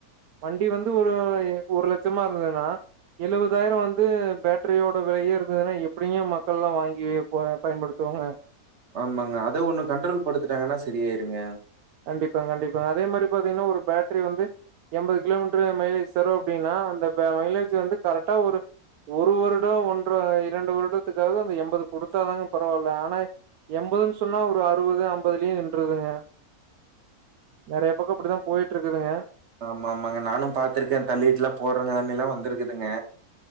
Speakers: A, on the right; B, on the right.
A: வண்டி வந்து ஒரு எ ஒரு லட்சமா இருந்துதுனா எழுவதாய்ரோ வந்து பேட்ரியோட விலையே இருந்துதுனா எப்டிங்க மக்கள்ல்லா வாங்கி ப பயன்படுத்துவாங்க
B: ஆமாங்க அத ஒன்னு கண்ட்ரோல் படுத்துட்டாங்கன்னா சரியாய்ருங்க
A: கண்டிப்பாங் கண்டிப்பாங்க அதே மாரி பாத்தீங்னா ஒரு பேட்ரி வந்து எம்பது கிலோமீட்ரு மைலேஜ் தரு அப்டீனா அந்த ப மைலேஜு வந்து கரெக்ட்டா ஒரு ஒரு வருடோ ஒன்ற இரண்டு வருடத்துக்காவ்து அந்த எம்பது குடுத்தாதாங்க பரவால்ல ஆனா எம்பதுன் சொன்னா ஒரு அறுவது அம்பதுலயே நின்றுதுங்க நெறையா பக்கோ அப்டிதா போய்ட்ருக்குதுங்க
B: ஆமா ஆமாங்க நானு பாத்துருக்க தள்ளீட்லா போற நெலமைலா வந்திருக்குதுங்க